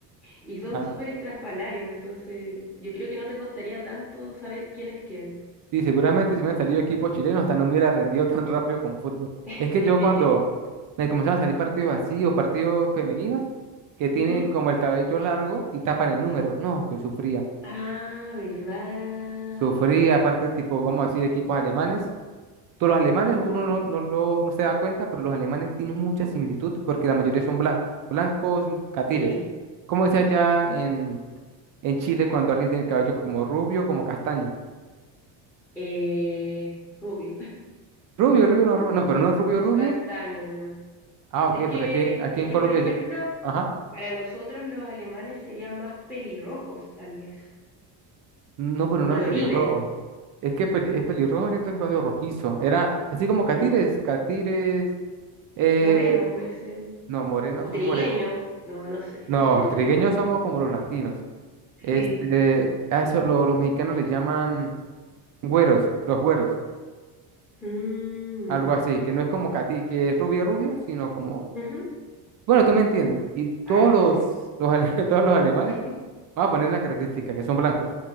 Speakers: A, in the centre; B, on the right.
A: y son
B: Ah,
A: súper estrafalarios, entonces yo creo que no te costaría tanto saber quién es quién.
B: Sí, seguramente si me han salido equipos chilenos, hasta no me hubiera rendido <laughs> tan rápido con fútbol.
A: <laughs>
B: Es que yo cuando me comenzaron a salir partidos así o partidos femeninos que
A: Ujú.
B: tienen como el cabello largo y tapan el número, no, yo sufría.
A: Ah, ¿verdad?
B: Sufría, aparte, tipo, vamos a decir, equipos alemanes. Todos los alemanes,
A: Ujú.
B: uno no, no, lo- no se da cuenta, pero los alemanes tienen mucha similitud porque la mayoría son blancos, blancos catires.
A: Sí,
B: Como dice allá en, en Chile cuando alguien tiene el cabello como rubio, como castaño.
A: eh, rubio
B: Rubio, rubio, no,
A: <laughs>
B: rubio, no, pero no rubio,
A: o
B: rubio
A: castaño nomás.
B: Ah,
A: Es
B: ok,
A: que,
B: porque aquí, aquí
A: es
B: en
A: que,
B: Colombia,
A: por ejemplo,
B: ya- ajá,
A: Para nosotros los alemanes serían más pelirrojos, tal vez.
B: no, pero
A: Colorines.
B: no eran pelirrojos. Es que peli- es pelirrojo, siento que cuando rojizo. Era así como catires,
A: mm,
B: catires, eh,
A: Moreno puede ser.
B: no, morenos
A: O
B: son
A: trigueño.
B: morenos.
A: No, no sé.
B: No,
A: <laughs>
B: trigueños somos como los latinos. Este,
A: Sí.
B: a eso lo- los mexicanos le llaman güeros, los güeros,
A: Mm,
B: algo así, que no es como cati, que es rubia rubia, sino como,
A: ujú.
B: bueno, tú me entiendes. Y todos
A: Ay, no
B: los,
A: sé.
B: los, ale- <laughs> todos los alemanes,
A: <laughs>
B: vamos a poner una característica, que son blancos.